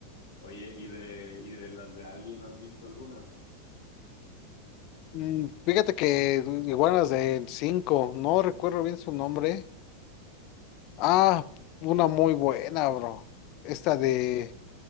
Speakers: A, on the left; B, on the left.
A: Oye, ¿y de, y de las de Alien has visto algunas?
B: Mm, Fíjate que iguanas de 5 no recuerdo bien su nombre. Ah, una muy buena, bro. Esta de,
A: Vale,